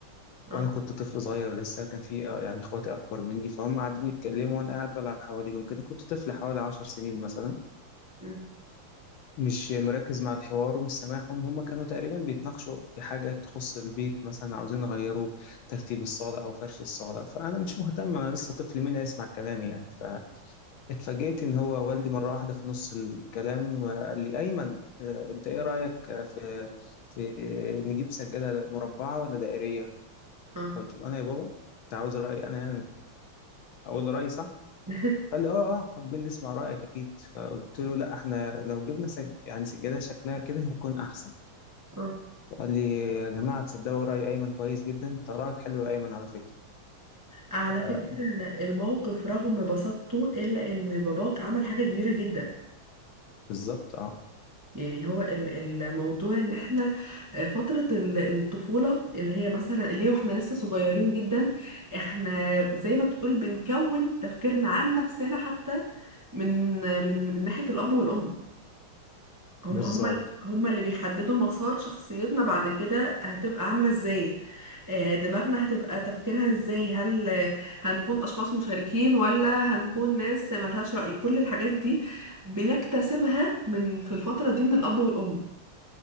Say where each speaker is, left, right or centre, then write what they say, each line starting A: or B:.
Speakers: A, on the right; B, on the left.
A: اه
B: وأنا كنت طفل صغير لسه كان في آه، يعني إخواتي أكبر مني فهم قاعدين يتكلموا وأنا قاعد بلعب حواليهم كده كنت طفل حوالي عشر سنين مثلا
A: مم،
B: مش مركز مع الحوار ومش سامعهم هم كانوا تقريبا بيتناقشوا في حاجة تخص البيت مثلا عاوزين يغيروا ترتيب الصالة أو فرش الصالة فأنا مش مهتم أنا لسه طفل مين هيسمع كلامي يعني فاتفاجئت إن هو والدي مرة واحدة في نص الكلام آه، قال لي أيمن آه، أنت إيه رأيك آه، في في نجيب سجادة مربعة ولا دائرية؟
A: اه
B: قلت له أنا يا بابا أنت عاوز رأيي أنا يعني أقول له رأيي صح؟
A: <laughs>
B: قال لي اه اه حابين نسمع رأيك اكيد فقلت له لا احنا لو جبنا سج... يعني سجادة شكلها كده هيكون احسن
A: اه
B: قال لي يا جماعة تصدقوا رأي أيمن كويس جدا ده رأيك حلو يا أيمن على فكرة
A: على
B: آه
A: فكرة الموقف رغم بساطته إلا إن باباك عمل حاجة كبيرة جدا
B: بالظبط اه
A: يعني هو ال- الموضوع ان احنا آه، فترة ال- الطفولة اللي هي مثلا اللي هي واحنا لسه صغيرين جدا احنا زي ما تقول بنكون تفكيرنا عن نفسنا حتى من من من ناحية الأب والأم هم
B: بالظبط
A: هم ال- هم اللي بيحددوا مسار شخصيتنا بعد كده هتبقى عاملة ازاي آه، دماغنا هتبقى تفكيرها ازاي هل آه، هنكون أشخاص مشاركين ولا هنكون ناس ملهاش رأي كل الحاجات دي بنكتسبها من في الفترة دي من الأب والأم